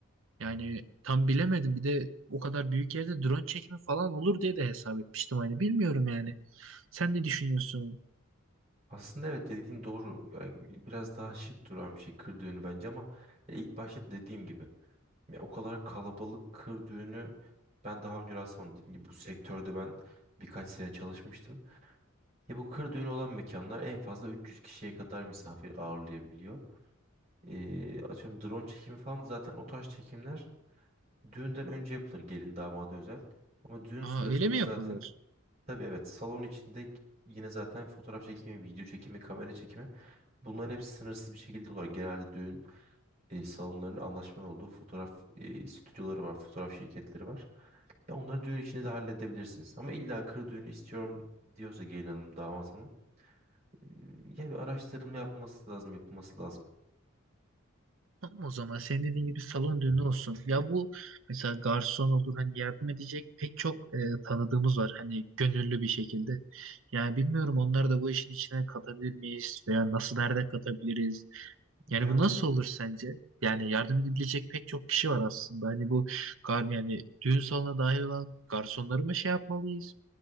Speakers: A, on the right; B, on the right.
A: Yani tam bilemedim. Bir de o kadar büyük yerde drone çekimi falan olur diye de hesap etmiştim. Hani bilmiyorum yani. Sen ne düşünüyorsun?
B: Aslında evet dediğin doğru. Yani biraz daha şık duran bir şey kır düğünü bence ama ya ilk başta dediğim gibi ya o kadar kalabalık kır düğünü ben daha önce rastlamadım. Dediğim gibi bu sektörde ben birkaç sene çalışmıştım. Ya bu kır düğünü olan mekanlar en fazla 300 kişiye kadar misafir ağırlayabiliyor. Ee, atıyorum drone çekimi falan zaten o tarz çekimler düğünden önce yapılır gelin damada özel. Ama düğün
A: Aa
B: sırasında
A: öyle mi
B: zaten
A: yapılır?
B: Tabii evet salon içinde yine zaten fotoğraf çekimi, video çekimi, kamera çekimi Bunların hepsi sınırsız bir şekilde oluyor. Genelde düğün e, salonlarının anlaşmanın olduğu fotoğraf e, stüdyoları var, fotoğraf şirketleri var. Ya onları düğün içinde de halledebilirsiniz. Ama illa kır düğünü istiyorum diyorsa gelin hanım, damat hanım e, ya bir araştırılma yapması lazım, yapılması lazım.
A: Tamam o zaman senin dediğin gibi salon düğünü olsun. Ya bu mesela garson olur hani yardım edecek pek çok e, tanıdığımız var hani gönüllü bir şekilde. Yani bilmiyorum onları da bu işin içine katabilir miyiz veya nasıl nerede katabiliriz? Yani
B: Yani
A: bu nasıl olur sence? Yani yardım edebilecek pek çok kişi var aslında. Hani bu gar yani düğün salonuna dahil olan garsonları mı şey yapmalıyız?